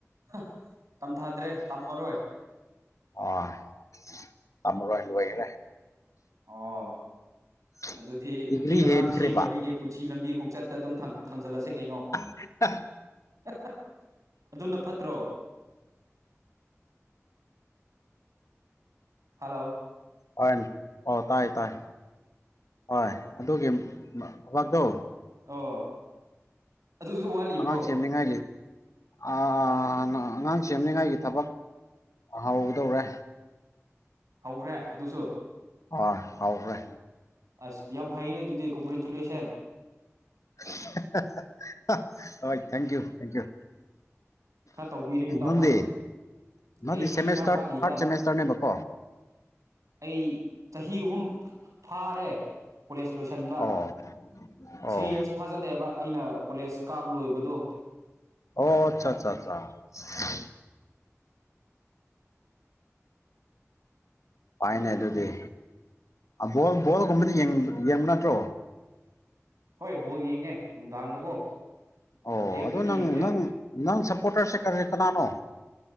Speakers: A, on the right; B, on the left.
A: ꯍ ꯇꯝꯊꯥꯗ꯭ꯔꯦ ꯇꯝꯃꯔꯣꯏ
B: ꯑ ꯥꯇꯝꯃꯔꯣꯏ ꯂꯣꯏꯒꯔꯦ
A: ꯑꯣ
B: <inaudible>
A: ꯑꯗꯨꯗꯤ ꯅꯨꯄꯤ ꯑꯉꯥꯡ
B: ꯍꯦꯟꯈ꯭ꯔꯦꯕ
A: ꯁꯦꯝꯅꯕꯒꯤ ꯄꯨꯟꯁꯤ ꯂꯝꯕꯤ ꯈꯣꯡꯆꯠꯇ ꯑꯗꯨꯝ ꯊꯥꯡꯖꯜꯂꯁꯦ ꯀꯩꯅꯣ
B: <unintelligible>
A: ꯍꯥꯍꯥ ꯑꯗꯨꯅ ꯐꯠꯇ꯭ꯔꯣ ꯍꯜꯂꯣ
B: ꯍꯣꯏꯅꯦ ꯑꯣ ꯇꯥꯏ ꯇꯥꯏ ꯍꯣꯏ ꯑꯗꯨꯒꯤ ꯊꯕꯛꯇꯣ
A: ꯑꯣ ꯑꯗꯨꯁꯨ ꯋꯥꯠꯂꯤꯕ꯭ꯔꯣ
B: ꯑꯉꯥꯡ ꯁꯦꯝꯅꯤꯡꯉꯥꯏꯒꯤ ꯑꯥ ꯅ ꯑꯉꯥꯡ ꯁꯦꯝꯅꯤꯡꯉꯥꯏꯒꯤ ꯊꯕꯛ ꯍꯧꯒꯗꯧꯔꯦ
A: ꯍꯧꯈ꯭ꯔꯦ ꯑꯗꯨꯁꯨ
B: ꯑꯥ ꯍꯧꯈ꯭ꯔꯦ
A: ꯑꯁ ꯌꯥꯝ ꯐꯩꯅꯦ ꯑꯗꯨꯗꯤ ꯀꯣꯡꯒ꯭ꯔꯦꯆꯨꯂꯦꯁꯟ
B: ꯍꯦꯍꯦ ꯍꯣꯏ ꯊꯦꯡꯀ꯭ꯌꯨ ꯊꯦꯡꯀ꯭ꯌꯨ
A: ꯈꯔ ꯇꯧꯕꯤꯔꯦ ꯏꯇꯥꯎꯅ
B: ꯅꯪꯗꯤ ꯅꯪꯗꯤ
A: ꯑꯩꯗꯤ
B: ꯁꯦꯃꯦꯁꯇ꯭ꯔ
A: ꯈꯔ ꯋꯥꯠꯂꯤꯗ
B: ꯊꯥꯔꯠ ꯁꯦꯃꯦꯁꯇ꯭ꯔꯅꯦꯕꯀꯣ <inaudible>
A: ꯑꯩ ꯆꯍꯤ ꯑꯍꯨꯝ ꯐꯥꯔꯦ ꯀꯣꯂꯦꯖ ꯂꯣꯏꯁꯤꯟꯕ
B: ꯑꯣ ꯑꯣ
A: ꯊ꯭ꯔꯤ ꯌꯥꯔꯁ ꯐꯥꯖꯤꯜꯂꯛꯑꯦꯕ ꯑꯩꯅ ꯀꯣꯂꯦꯖ ꯀꯥꯕ ꯂꯣꯏꯕꯗꯣ
B: ꯑꯣ ꯑꯆꯥ ꯑꯆꯥꯆꯥ ꯑꯆꯥ ꯄꯥꯏꯅꯦ ꯑꯗꯨꯗꯤ ꯑꯥ ꯕꯣꯜ ꯕꯣꯜꯒꯨꯝꯕꯗꯤ ꯌꯦꯡ ꯌꯦꯡꯕ ꯅꯠꯇ꯭ꯔꯣ
A: ꯍꯣꯏ ꯕꯣꯜ ꯌꯦꯡꯉꯦ ꯅꯨꯡꯗꯥꯡꯗꯀꯣ
B: ꯑꯣ
A: ꯑꯌꯨꯛꯇꯁꯨ
B: ꯑꯗꯨ ꯅꯪ
A: ꯌꯦꯡꯉꯦ
B: ꯅꯪ ꯅꯪ ꯁꯞꯄꯣꯔꯇꯔꯁꯦ ꯀꯔꯤ ꯀꯅꯥꯅꯣ